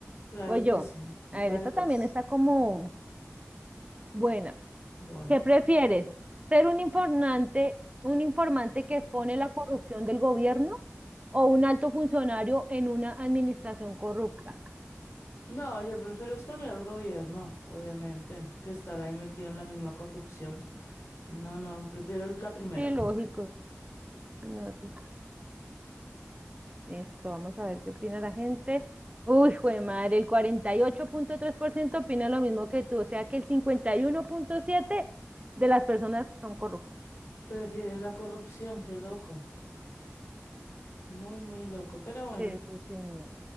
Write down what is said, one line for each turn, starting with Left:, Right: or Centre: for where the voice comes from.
Left: Claro
Right: Voy
Left: que
Right: yo.
Left: sí. Dale
Right: A ver, esta
Left: pues.
Right: también está como buena.
Left: Bueno.
Right: ¿Qué prefieres? ¿Ser un informante, un informante que expone la corrupción del gobierno o un alto funcionario en una administración corrupta?
Left: No, yo prefiero exponer al gobierno, obviamente, que estar ahí metido en la misma corrupción. No, no, prefiero el- la primera.
Right: Sí, lógico. No, sí, Esto, vamos a ver qué opina la gente. Uy, jue madre, el cuarenta y ocho punto tres por ciento opina lo mismo que tú, o sea que el cincuenta y uno punto siete de las personas son corruptas.
Left: Prefieren la corrupción, qué loco. Muy, muy loco, pero bueno.
Right: Sí, sí, sí, no.